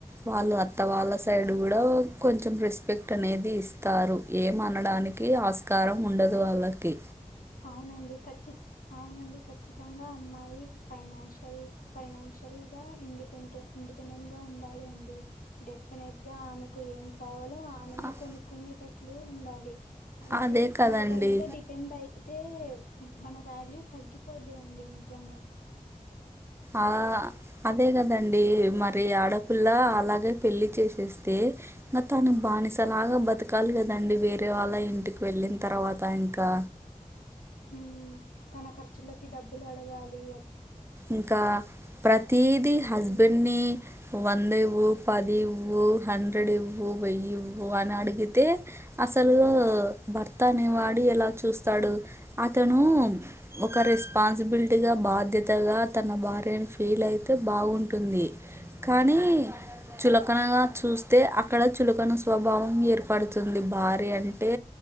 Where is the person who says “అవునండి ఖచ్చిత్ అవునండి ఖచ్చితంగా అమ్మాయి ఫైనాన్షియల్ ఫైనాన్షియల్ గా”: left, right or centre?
Left